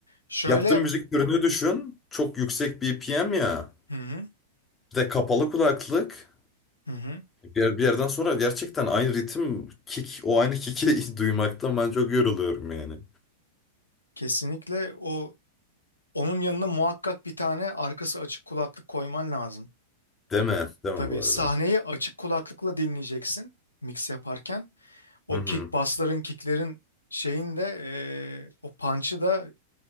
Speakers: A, on the left (about 85°); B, on the left (about 15°).
A: şöyle
B: Yaptığım müzik türünü düşün. Çok yüksek BPM ya.
A: hı hı,
B: Bir de kapalı kulaklık.
A: hı hı,
B: Bir, bir yerden sonra gerçekten aynı ritim, kick, o aynı kick'i <laughs> duymaktan ben çok yoruluyorum yani.
A: kesinlikle o onun yanına muhakkak bir tane arkası açık kulaklık koyman lazım.
B: Deme, deme
A: Tabii
B: bu arada.
A: sahneyi açık kulaklıkla dinleyeceksin mix yaparken. O
B: Hı hı.
A: kick bassların, kicklerin şeyin de eee, o punch'ı da